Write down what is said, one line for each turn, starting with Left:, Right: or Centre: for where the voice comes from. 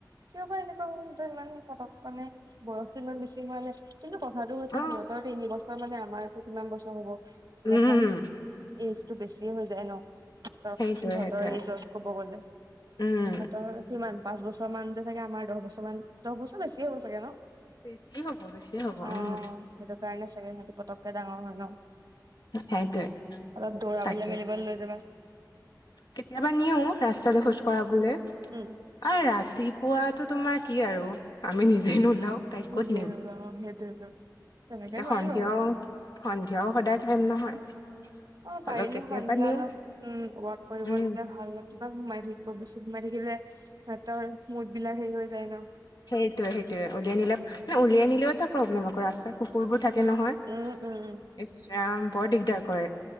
Right: কিয় বা এনেকুৱা কো ইমান পতকক মানে বয়সটো ইমান বেছি মানে কিন্তু কথাটো হৈছে
Left: অ
Right: সিহঁতৰ তিনি বছৰ মানে আমাৰো কিমান বছৰ হ'ব অলপমান
Left: উম
Right: ইউজটো বেছি হৈ যায় ন
Left: সেইটোয়ে
Right: সিহঁতৰ
Left: সেইটোয়ে
Right: এইজত কব গলে
Left: উম
Right: সিহঁতৰ কিমান পাঁচ বছৰ মান যে চাগে আমাৰ দহ বছৰ মান দহ বছৰ বেছি হ'ব চাগে ন
Left: বেছিয়ে হ'ব বেছিয়ে হ'ব
Right: অ
Left: উম
Right: সেইটো কাৰণে চাগে সিহঁতি পতককে ডাঙৰ হয় ন
Left: সেইটোৱে
Right: অলপ দৌৰাবলে
Left: তাকে
Right: মেলিবলে লৈ যাবা
Left: কেতিয়াবা নিও ৰাস্তাটো
Right: উম
Left: খোজ কঢ়াবলৈ আ
Right: উম
Left: ৰাতিপুৱাটো তোমাৰ কি আৰু আমি নিজে নোলাও তাই
Right: নিজে
Left: ক'ত নিম
Right: সেইটোৱেতো তেনেকে
Left: এতিয়া
Right: নোৱাৰিম
Left: সন্ধিয়াও
Right: আৰু
Left: সন্ধিয়াও সদায় টাইম নহয়
Right: অ
Left: হ'লেও
Right: পাৰিলে
Left: কেতিয়াবা
Right: সন্ধিয়া
Left: নিও
Right: অলপ উম ৱাক কৰিব
Left: উম
Right: নিদে ভাল কিবা সোমাই থাকিব বস্তু সোমাই থাকিলে তহতৰ মুদ বিলাক হেৰি হৈ যায় ন
Left: সেইটোয়ে, সেইটোয়ে উলিয়াই নিলে মানে উলিয়াই আনিলেও এটা প্ৰব্লেম আকৌ ৰাস্তা কুকুৰবোৰ থাকে নহয়।
Right: উম, উম, উম।
Left: ইচ ৰাম বৰ দিগদাৰ কৰে।